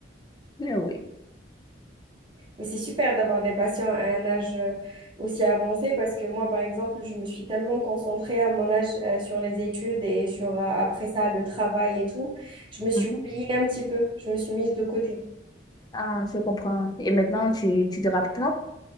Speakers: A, on the left; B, on the right.
A: Mais oui.
B: Mais c'est super d'avoir des patients à un âge euh, aussi avancé parce que moi, par exemple, je me suis tellement concentrée à mon âge euh, sur les études et sur euh, après ça le travail et tout, je me suis
A: Mhm.
B: oubliée un petit peu, je me suis mise de côté.
A: Ah, je comprends. Et maintenant, tu, tu te rattrapes?